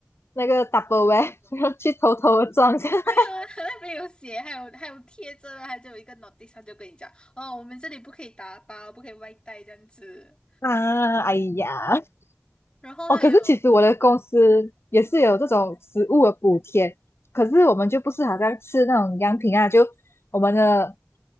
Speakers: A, on the left; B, on the left.
A: 那个 double 然后去偷偷的撞下。<laughs>
B: 没有啊，<laughs> 那边有写，还有还有贴着的，还有一个 notice，他就跟你讲哦，我们这里不可以打包，不可以外带这样子。
A: 啊，哎呀，
B: 然后还有
A: 哦，可是其实我的公司也是有这种食物的补贴，可是我们就不是好像吃那种样品啊，就我们的